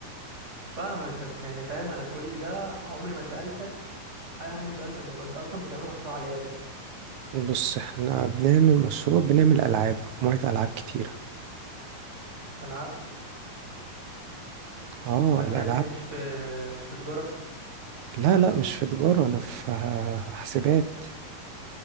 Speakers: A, on the right; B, on the right.
A: فاهمك بس يعني فاهم انا كل ده عمري ما سألتك اهم سؤال في الموضوع انت اصلا بتعمله مشروع على ايه اساسا
B: بص احنا بنعمل مشروع بنعمل العاب مجموعة العاب كتيرة
A: العاب
B: اه
A: وانت
B: الالعاب
A: يا ابني مش في مش في تجارة
B: لا لا مش في تجارة انا في حاسبات